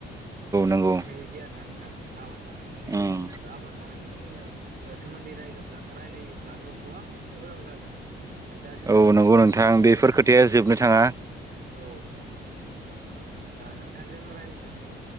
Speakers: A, on the right (about 15°); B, on the right (about 50°).
A: नंगौ
B: बेबायदि आरो ना नोंथां आबाद मावनायनि
A: उम
B: आबाद मावनायनि सोमोन्दै र रायलायोब्लाथ गोबां गोलाव जागोन दा जोंहा
A: औ नंगौ नोंथां
B: समाबो
A: बेफोर
B: जोबनानै
A: खोथाया
B: फैबाय
A: जोबनो थाङा
B: औ नोंथांजों रायज्लायनानै